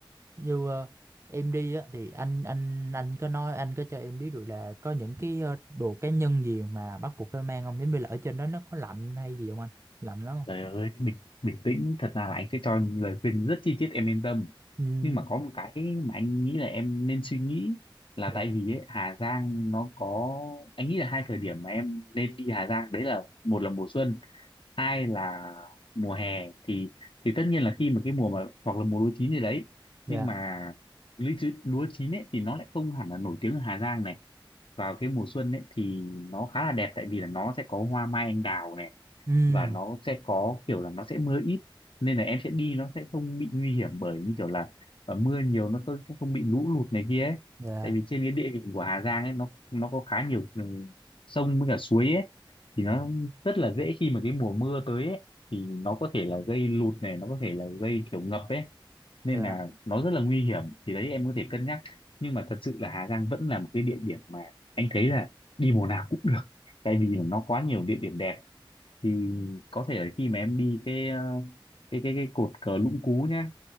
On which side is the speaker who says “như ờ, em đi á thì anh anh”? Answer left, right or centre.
Right